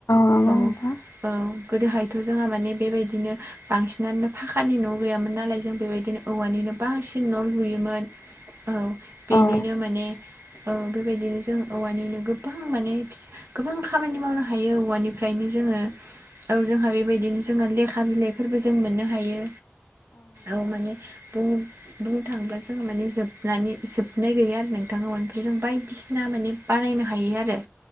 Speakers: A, on the left; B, on the right.
A: नंगौ
B: औ
A: नोंथां
B: औ गोदोहायथ' जोंहा माने बेबायदिनो बांसिनानोनो फाखानि न' गैयामोन नालाय जों बेबायदिनो औवानिनो बांसिन न' लुयोमोन औ बेनिनो
A: औ
B: माने औ बेबायदिनो जों औवानिनो गोबां माने गोबां खामानि माव नो हायो औवानिफ्रायनो जोङो औ जोंहा बेबायदिनो जोंहा लेखा बिलाइफोरबो जों मोननो हायो। औ माने बुंनो थाङोब्ला जोंङो माने जोबनानै जोबनाय गैया आरो नोंथां ओमफ्राय जों बायदि ना माने बानायनो हायो आरो।